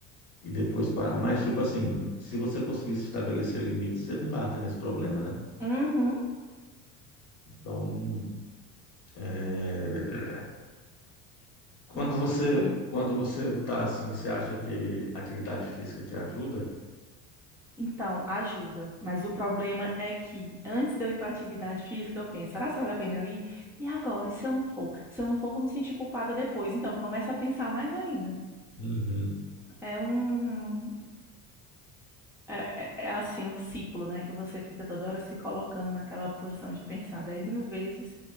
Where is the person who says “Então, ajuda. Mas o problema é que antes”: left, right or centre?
Centre